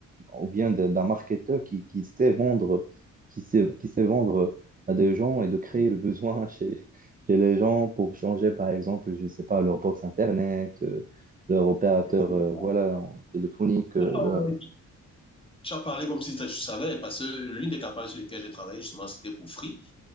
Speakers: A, on the right; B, on the left.
A: ou bien de- d'un marketeur qui, qui sait vendre, qui sait, qui sait vendre à des gens et de créer
B: oui, oui.
A: le besoin <laughs> chez, chez les gens pour changer, par exemple, je ne sais pas, leur box Internet, euh, leur opérateur,
B: c'est
A: euh,
B: ça.
A: voilà, en- téléphonique, euh,
B: Ah,
A: leur-
B: ouais. Tu as parlé comme si tu tu savais, parce que l'une des campagnes sur lesquelles j'ai travaillé, justement, c'était pour Free.